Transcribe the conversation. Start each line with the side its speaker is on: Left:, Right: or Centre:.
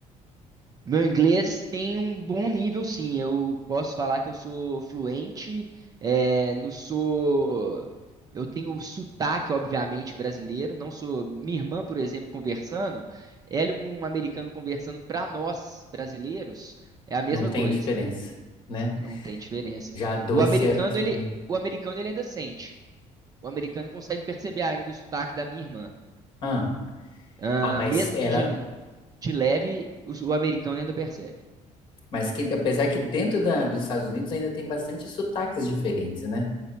Right: Meu inglês tem um bom nível, sim. Eu posso falar que eu sou fluente, é, não sou. Eu tenho sotaque, obviamente, brasileiro. Não sou. Minha irmã, por exemplo, conversando, ela e um americano conversando para nós, brasileiros, é a mesma
Left: Não tem
Right: coisa.
Left: diferença, né?
Right: Não tem diferença.
Left: Já há 12
Right: O americano,
Left: anos também.
Right: ele, o americano, ele ainda sente. O americano consegue perceber ainda o sotaque da minha irmã.
Left: Ah,
Right: Ah,
Left: ah mas
Right: mesmo
Left: ela,
Right: que de, de leve, o o americano ainda percebe.
Left: Mas que, apesar que dentro da- dos Estados Unidos ainda tem bastante sotaques diferentes, né?